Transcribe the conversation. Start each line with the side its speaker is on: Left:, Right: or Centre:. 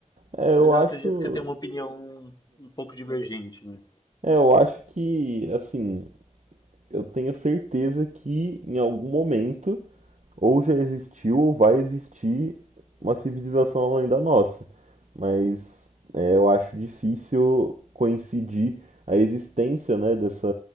Right: É, eu
Left: Mas eu
Right: acho.
Left: acredito que você tem uma opinião um pouco divergente, né?
Right: É, eu acho que, assim, eu tenho certeza que em algum momento ou já existiu ou vai existir uma civilização além da nossa. Mas é, eu acho difícil coincidir a existência, né, dessa,